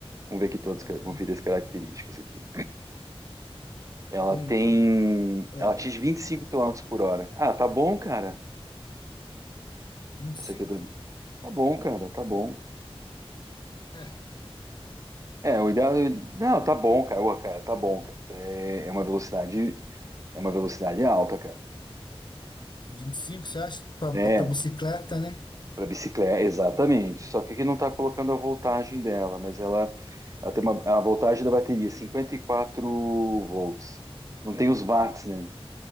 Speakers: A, on the right; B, on the left.
A: Vamos ver aqui todas,
B: Aham.
A: cara, conferir as características aqui. Ela
B: Em
A: tem,
B: ah,
A: ela atinge 25 quilômetros por hora. Ah, tá bom, cara.
B: vinte
A: Essa
B: e cinco?
A: aqui eu tô, vendo. tá bom, cara, tá bom.
B: É, tá.
A: É, o ideal.
B: hum,
A: Não, tá bom, cara. Ô, cara, tá bom, cara. É, é uma velocidade, é uma velocidade alta, cara.
B: vinte e cinco. você acha? Para
A: É,
B: bicicleta, né?
A: para bicicleta, exatamente. Só que aqui não tá colocando a voltagem dela, mas ela, ela tem uma, a voltagem da bateria, 54 volts. Não tem os watts, né?